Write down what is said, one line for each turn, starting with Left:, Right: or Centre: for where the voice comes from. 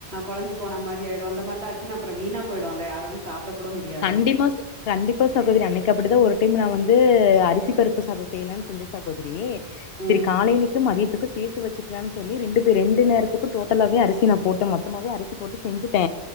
Right: கொலைஞ்சு போன மாரி ஆயிடு அந்த மாரிலா ஆச்சுனா வீணா போயிடும்ல யாராலும் சாப்பிட கூட முடியாது.
Left: கண்டிப்பா ச கண்டிப்பா சகோதரி அன்னைக்கு கு அப்டிதா ஒரு டைம் நா வந்து அரிசி பருப்பு சாதம் செய்யலான்னு செஞ்ச சகோதரி சரி
Right: ம்.
Left: காலைையிலக்கும் மதியத்துக்கும் சேத்து வச்சுக்கலான்னு சொல்லி ரெண்டு பே ரெண்டு நேரத் துக்கு டோட்டலாவே அரிச நா போட்டு மொத்தமாவே அரிசி போட்டு செஞ்சுட்ட